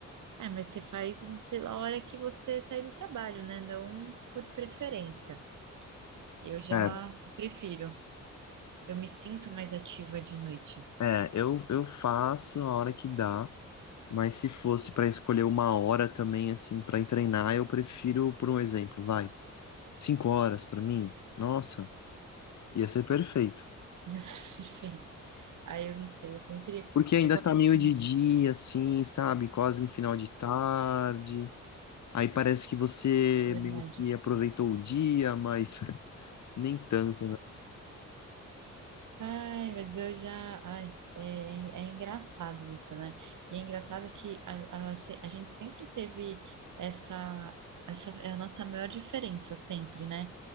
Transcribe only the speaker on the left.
É.
É, eu, eu faço a hora que dá, mas se fosse pra escolher uma hora também, assim, pra ir treinar, eu prefiro, por um exemplo, vai, cinco horas pra mim, nossa, ia ser perfeito.
Porque ainda
tá meio
de dia, assim, sabe, quase no final de tarde, aí parece que você
meio que aproveitou o dia, mas <laughs> nem tanto, né?